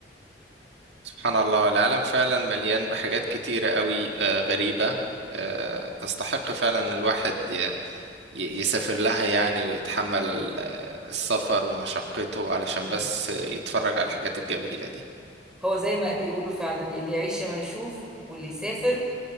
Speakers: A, on the right (about 70°); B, in the centre.
A: سبحان الله العالم فعلا مليان بحاجات كتيرة قوي آه غريبة آه تستحق فعلا الواحد ي- يسافر لها يعني ويتحمل آه، السفر ومشقته علشان
B: مم.
A: بس آه، يتفرج على الحاجات الجميلة دي
B: هو زي ما بيقولوا فعلا اللي يعيش يا ما يشوف واللي يسافر